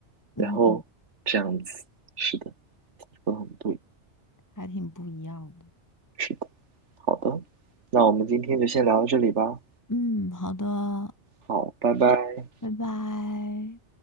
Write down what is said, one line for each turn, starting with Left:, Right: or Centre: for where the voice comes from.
Left: 嗯，
Right: 然后这样子。是的，说的很对。
Left: 还挺不一样的。
Right: 是的，好的，那我们今天就先聊到这里吧。
Left: 嗯，好的，
Right: 好，拜拜。
Left: 拜拜。